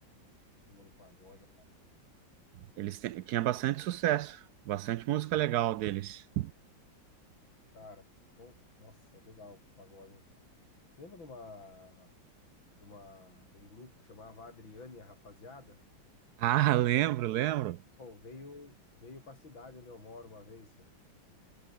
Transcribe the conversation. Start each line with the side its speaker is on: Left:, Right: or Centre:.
Left: Turma do Pagode.
Right: Eles te- tinha bastante sucesso, bastante música legal deles.
Left: Cara, bom, nossa, é legal o pagode, hein, cara. Você lembra de uma, de uma, de um grupo que chamava Adriane e a Rapaziada?
Right: Ah, <laughs> lembro, lembro.
Left: Pô, veio, veio pra cidade onde eu moro uma vez, velho.